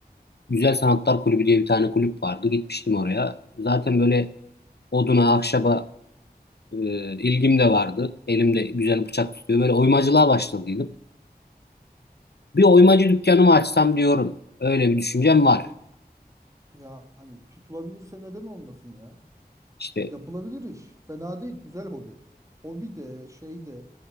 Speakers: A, on the left; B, on the right.
A: Güzel Sanatlar Kulübü diye bir tane kulüp vardı. Gitmiştim oraya. Zaten böyle oduna, ahşaba e, ilgim de vardı. Elimde güzel bıçak tutuyor. Böyle oymacılığa başladıydım. Bir oymacı dükkanımı açsam diyorum. Öyle bir düşüncem var.
B: yani tutulabilirse neden olmasın ya?
A: İşte.
B: Yapılabilir iş. Fena değil. Güzel hobi. Hobi de şey de